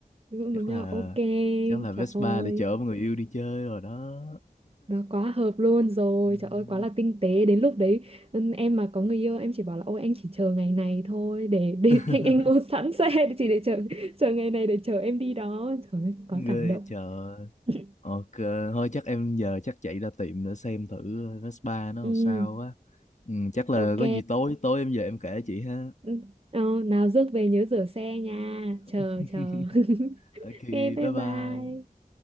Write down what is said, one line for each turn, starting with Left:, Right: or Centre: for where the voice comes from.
Right: cũng
Left: chắc
Right: giống nhau.
Left: là
Right: Ok.
Left: chắc là Vespa
Right: Trời ơi.
Left: để chở người yêu đi chơi rồi đó
Right: Nó quá hợp luôn rồi,
Left: Ừm.
Right: trời ơi quá là tinh tế Đến lúc đấy ừ, em mà có người yêu Em chỉ bảo là ôi anh chỉ chờ ngày này thôi Để, để
Left: <laughs>
Right: <laughs> anh anh mua sẵn xe để Chỉ để chờ chờ ngày này để chờ em đi đó Trời ơi
Left: ghê
Right: quá cảm động
Left: chợ
Right: <laughs>
Left: ok thôi chắc em giờ chắc chạy ra tiệm để xem thử Vespa nó
Right: Ừ
Left: làm sao á Ừm, chắc là
Right: ok
Left: có gì tối tối em về em kể chị ha
Right: ừ, ờ, Nào rước về nhớ rửa xe nha
Left: <laughs>
Right: Chờ chờ <laughs>
Left: ok
Right: Ok bye
Left: bye bye
Right: bye